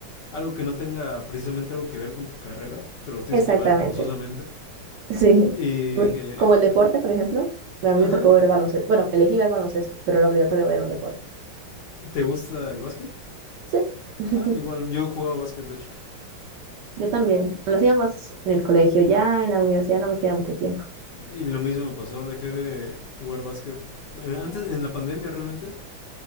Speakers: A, on the left; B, on the right.
A: algo que no tenga precisamente algo que ver con tu carrera, pero lo tienes
B: exactamente.
A: que llevar forzosamente.
B: Sí.
A: Y
B: Muy-
A: dije,
B: Como el deporte, por ejemplo, a mí
A: ajá,
B: me tocó ver baloncesto. Bueno, elegí ver baloncesto, pero era obligatorio ver un deporte.
A: ¿te gusta el básquet?
B: Sí. <laughs>
A: Ah, igual, yo jugaba básquet, de hecho.
B: Yo también. Lo hacíamos en el colegio, ya en la universidad no me queda mucho tiempo.
A: Y lo mismo me pasó, dejé de jugar básquet eh, antes, en la pandemia realmente,